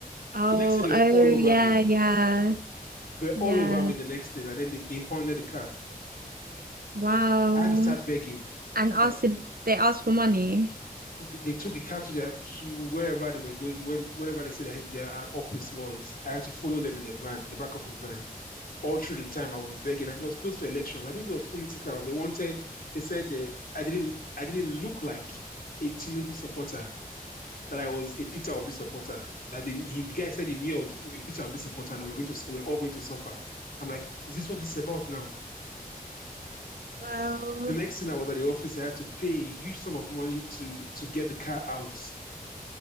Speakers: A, on the right; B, on the left.
A: Oh,
B: The next thing they
A: oh,
B: were all
A: yeah,
B: over me.
A: yeah,
B: They were
A: yeah.
B: all over me the next thing, and then they, they impounded the car.
A: Wow.
B: I had to start begging.
A: And asked
B: Uh,
A: if they asked for money.
B: they took the car to their to wherever they were going, where, wherever they said their, their office was. I had to follow them in a van, the back of a van, all through the time I was begging. And it was close to elections. I think it was political. They wanted. They said they, I didn't. I didn't look like a Tinubu supporter. That I was a Peter Obi supporter. That the, he, the guy said he knew I was a Peter Obi supporter, and we're going to we're all going to suffer. I'm like, is this what this is about now?
A: Well,
B: The next thing I was at the office, I had to pay a huge sum of money to to get the car out